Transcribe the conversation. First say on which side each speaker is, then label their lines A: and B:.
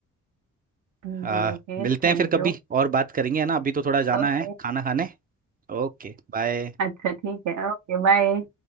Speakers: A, on the right (about 70°); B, on the right (about 30°).
A: जी
B: आ,
A: ओके
B: मिलते
A: थैंक
B: हैं फिर कभी
A: यू
B: और बात करेंगे है ना अभी तो थोड़ा जाना
A: ओके
B: है खाना खाने Okay bye
A: अच्छा ठीक है ओके बाय